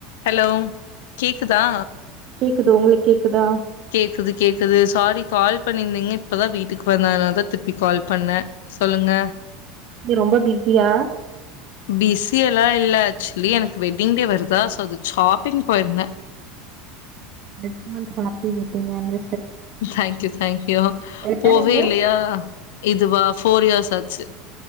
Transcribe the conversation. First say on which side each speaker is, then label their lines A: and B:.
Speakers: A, on the left (about 70°); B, on the right (about 50°).
A: Hello கேக்குதா
B: குது உங்ளுக்கு கேக்குதா
A: கேக்குது கேக்குது சாரி கால் பண்ணிந்தீங்க இப்பதா வீட்டுக்கு வந்த அதுனால தான் திருப்பி கால் பண்ணே சொல்லுங்க
B: எ ரொம்ப பிஸியா
A: பிஸி எல்லா இல்ல ஆக்சுவலி எனக்கு வெட்டிங் டே வருதா சோ அது ஷாப்பிங் போயிருந்தே
B: அட்வான்ஸ் ஹாப்பி வெட்டீங் ஆன்வ
A: தேங்க்யூ தேங்க்யூ
B: எத்தன
A: போவே
B: இயர்
A: இல்லையா இதுவா ஃபோர் இயர்ஸ் ஆச்சு